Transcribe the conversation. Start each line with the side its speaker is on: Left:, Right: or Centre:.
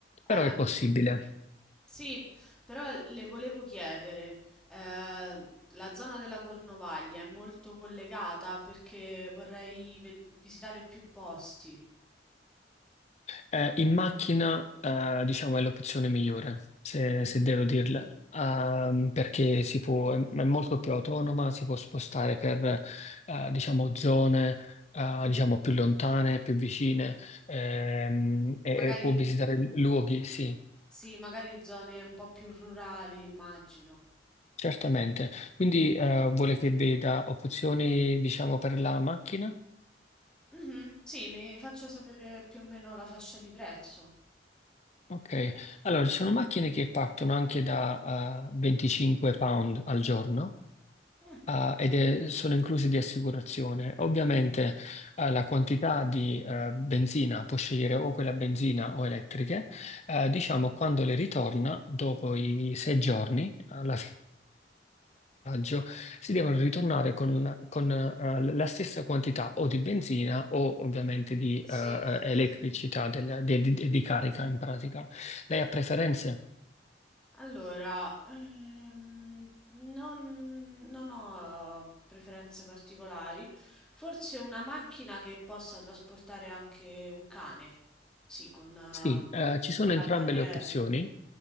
Left: però
Centre: Eh.
Left: è possibile.
Centre: Sì, però le volevo chiedere, eh, la zona della Cornovaglia è molto collegata perché vorrei ve- visitare più posti.
Left: Eh, in macchina, eh, diciamo, è l'opzione migliore, se,
Centre: Mm,
Left: se devo dirla,
Centre: mhm,
Left: Ehm,
Centre: mm,
Left: perché si può, è è molto più autonoma, si può spostare per, eh, diciamo, zone, eh, diciamo, più lontane, più vicine,
Centre: mm, mm.
Left: ehm, e,
Centre: Magari,
Left: e può visitare luoghi, sì,
Centre: sì, magari zone un po' più rurali, immagino.
Left: certamente. Quindi, eh, vuole che veda opzioni, diciamo, per la macchina?
Centre: Mhm, sì, mi faccia sapere più o meno la fascia di prezzo.
Left: Ok, allora ci sono macchine che partono anche da, eh, 25 pound al giorno
Centre: Mm,
Left: ah, ed è- sono inclusi di assicurazione. Ovviamente, eh, la quantità di eh, benzina può scegliere o quella a benzina o elettriche. Eh, diciamo, quando le ritorna, dopo i sei giorni, alla fine del viaggio, si devono ritornare con, con, eh, la stessa quantità o di benzina o ovviamente di eh,
Centre: Sì, sì,
Left: eh,
Centre: sì.
Left: elettricità del- de- di, di carica in pratica. Lei ha preferenze?
Centre: Allora, ehm, non, non ho preferenze particolari, forse una macchina che possa trasportare anche un cane, sì, con, eh,
Left: Sì, eh, ci sono
Centre: con la
Left: entrambe
Centre: barriera.
Left: le opzioni.